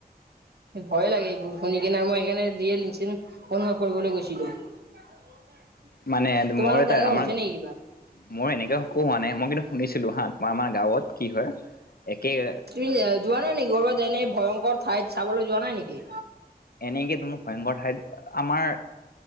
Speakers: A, on the right; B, on the left.
A: ভয়ে লাগে এইবোৰ শুনি কিনেআৰু মই সেইকাৰণেয় অনুভৱ কৰিবলৈ গৈছিলো। <unintelligible>
B: মানে
A: তোমালোকৰ
B: মোৰ এটা
A: তেনেকুৱা
B: আমাক
A: হৈছে নেকি কিবা
B: মই এনেকা শু মানে মই কিন্তু শুনিছিলো হা তোমাৰ আমাৰ গাঁৱত কি হয়। একেই
A: তুমি যোৱা নাই নেকি কৰ'বাত এনে ভয়ংকৰ ঠাইত চাবলৈ যোৱা নাই নেকি?
B: এনেকে তোমোক ভয়ংকৰ ঠাইত আমাৰ